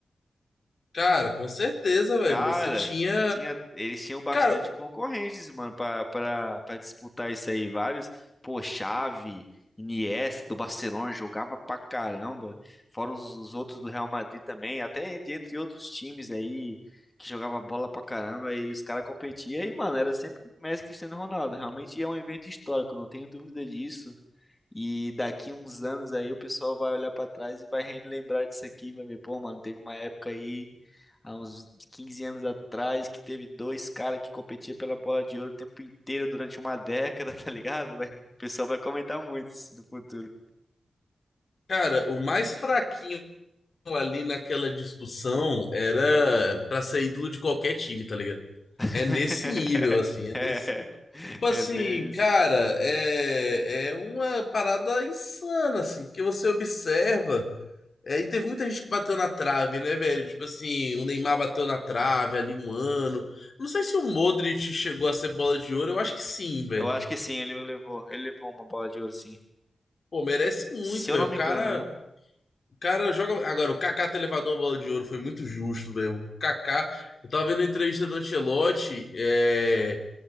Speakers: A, on the left (about 55°); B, on the left (about 15°).
A: Cara, com certeza, velho.
B: Cara,
A: Você tinha.
B: tinha, eles tinham bastante
A: Cara,
B: concorrentes, mano, pra, pra, pra disputar isso aí. Vários, pô, Xavi, Iniesta do Barcelona jogava pra caramba. Fora os, os outros do Real Madrid também, até de entre outros times aí que jogava bola pra caramba e os caras competiam. E, mano, era sempre Messi e Cristiano Ronaldo. Realmente é um evento histórico, não tenho dúvida disso. E daqui uns anos aí o pessoal vai olhar pra trás e vai relembrar disso aqui, vai ver, pô, mano, teve uma época aí, há uns 15 anos atrás, que teve dois caras que competiam pela bola de ouro o tempo inteiro durante uma década, <laughs> tá ligado? Vai- o pessoal vai comentar muito isso no futuro.
A: cara, o mais fraquinho ali naquela discussão era pra ser ídolo de qualquer time, tá ligado? É
B: <laughs>
A: nesse nível, assim, é
B: É,
A: nesse nível. Tipo assim,
B: é bem isso.
A: cara, é, é uma parada insana, assim, que você observa. É, e teve muita gente que bateu na trave, né, velho? Tipo assim, o Neymar bateu na trave ali um ano. Não sei se o Modric chegou a ser bola de ouro, eu acho que sim, velho.
B: Eu acho que sim, ele levou, ele levou uma bola de ouro, sim.
A: Pô, merece muito,
B: Se eu
A: velho.
B: não
A: O
B: me
A: cara,
B: engano, né?
A: o cara joga. Agora, o Kaká ter levado uma bola de ouro foi muito justo, velho. O Kaká, eu tava vendo a entrevista do Ancelotti, é.